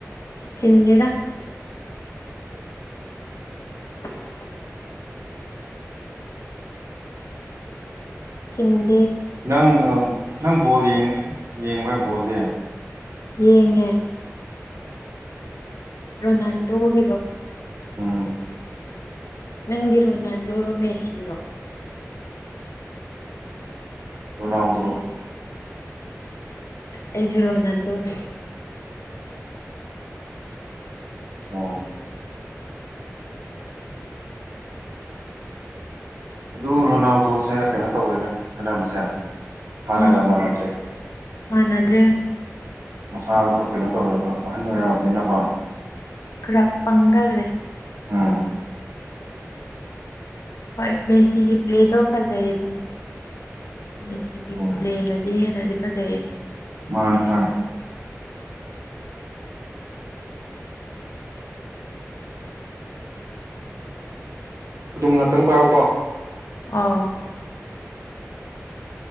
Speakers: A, on the left (about 65°); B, on the right (about 65°).
A: ꯆꯤꯟꯅꯦꯗ <unintelligible> ꯆꯤꯟ
B: ꯅꯪ ꯅꯪ ꯕꯣꯜꯡ ꯌꯦꯡꯕ꯭ꯔꯥ ꯕꯣꯜꯗꯤ
A: ꯌꯦꯉ ꯔꯣ ꯅꯟ ꯍꯒꯗꯣ
B: ꯑꯥ
A: ꯅꯪꯤꯔꯣ ꯅꯟꯔ ꯃꯁꯤꯔꯣ
B: ꯇꯣꯅꯎꯗꯣ
A: ꯑꯩ ꯖꯔꯣ ꯅꯟꯗꯣꯅꯤ
B: ꯑꯣ ꯑꯗꯨ ꯔꯣꯅꯥꯜꯗꯣꯁꯦ ꯀꯩꯅꯣ ꯇꯧꯋꯦꯗ ꯁꯥꯟꯅꯕꯁꯦ ꯍꯥꯟꯅꯒ
A: ꯑ
B: ꯃꯥꯟꯅꯗ꯭ꯔꯦ
A: ꯃꯥꯟꯅꯗ꯭ꯔꯦ
B: ꯃꯁꯥꯗꯣ ꯀꯩꯅꯣ ꯇꯧꯔꯦꯕ ꯑꯍꯟ ꯑꯣꯏꯔꯛꯑꯔꯕꯅꯤꯅꯀꯣ
A: ꯈꯔ ꯄꯪꯊꯈꯔꯦ
B: ꯎꯝ
A: ꯍꯣꯏ ꯃꯦꯁꯤꯒꯤ ꯄ꯭ꯂꯦꯗꯣ ꯐꯖꯩ ꯑꯗꯨꯝ ꯃꯦꯁꯤꯒꯤ
B: ꯎꯝ
A: ꯄ꯭ꯂꯦꯅꯗꯤ ꯍꯦꯟꯅꯗꯤ ꯐꯖꯩꯌꯦ
B: ꯃꯥꯅꯦ ꯃꯅꯦ ꯑꯗꯨꯝ ꯉꯥꯛꯇꯪ ꯄꯥꯎ
A: ꯑꯥ